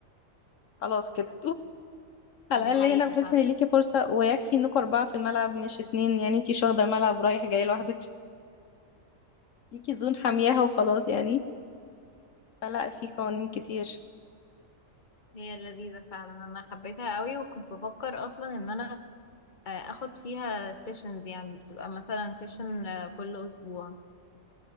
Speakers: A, on the left; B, on the left.
A: خلاص كده على
B: دي حقيقه
A: الأقل هنا بحس إن ليكي فرصة ويكفي إنكوا أربعة في الملعب مش اتنين يعني انتي مش واخدة الملعب رايح جاي لوحدك ليكي زون حامياها وخلاص يعني فلا في قوانين كتير
B: هي لذيذة فعلا انا حبيتها قوي وكنت بفكر اصلا ان انا آه، اخد فيها سيشنز يعني بتبقى مثلا سيشن كل اسبوع